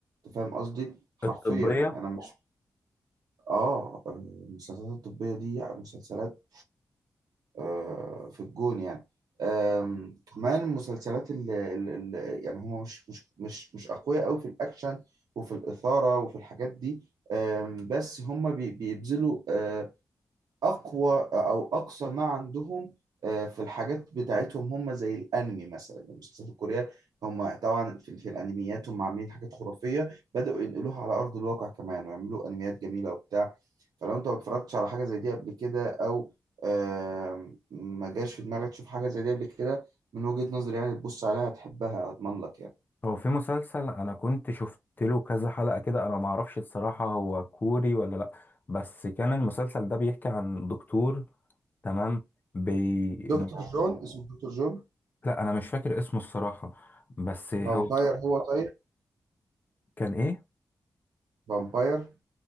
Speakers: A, on the right (about 85°); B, on the left (about 30°).
A: أنت فاهم قصدي؟ حرفيا
B: الطبية
A: يعني أنا مش اه آه، المسلسلات الطبية دي يعني مسلسلات آه، في الجون يعني آم، كمان المسلسلات اللي, اللي يعني هما مش مش مش مش أقوياء أوي في الأكشن وفي الإثارة وفي الحاجات دي آم، بس هما بي- بيبذلوا آه، اقوى او اقصى ما عندهم آه، في الحاجات بتاعتهم هم زي الانمي مثلا المسلسلات الكوريه هم طبعا في, في الانميات هم عاملين حاجات خرافيه بداوا ينقلوها على ارض الواقع كمان ويعملوا انميات جميله وبتاع فلو انت ما اتفرجتش على حاجه زي دي قبل كده او آم، ما جاش في دماغك تشوف حاجه زي دي قبل كده من وجهه نظري يعني تبص عليها هتحبها اضمن لك يعني
B: هو في مسلسل أنا كنت شفت له كذا حلقة كده أنا معرفش الصراحة هو كوري ولا لأ بس كان المسلسل ده بيحكي عن دكتور تمام بي...
A: دكتور جون اسمه دكتور جون
B: لا انا مش فاكر اسمه الصراحه بس هو
A: فامباير
B: مم.
A: هو طيب
B: كان ايه
A: فامباير